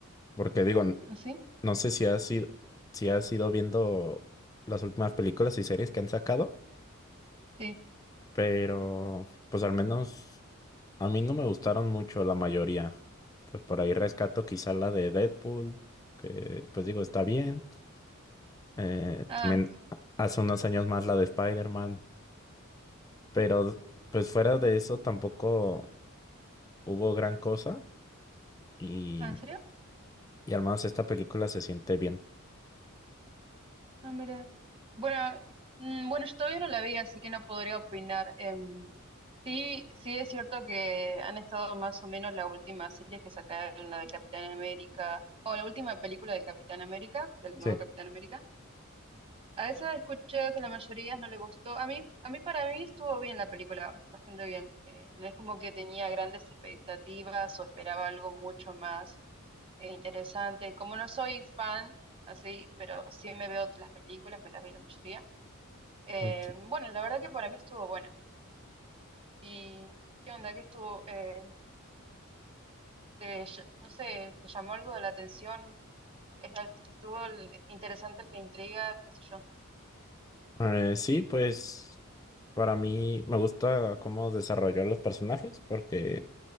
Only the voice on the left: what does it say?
porque digo, n-
no sé si has ido, si has ido viendo las últimas películas y series que han sacado,
pero pues al menos a mí no me gustaron mucho la mayoría. Pues por ahí rescato quizá la de Deadpool, que pues digo, está bien. Eh,
también hace unos años más la de Spider-Man, pero pues fuera de eso tampoco hubo gran cosa. Y
Y hermanos, esta película se siente bien.
Sí.
Mm, Sí.
Eh, sí, pues para mí me gusta cómo desarrolló a los personajes porque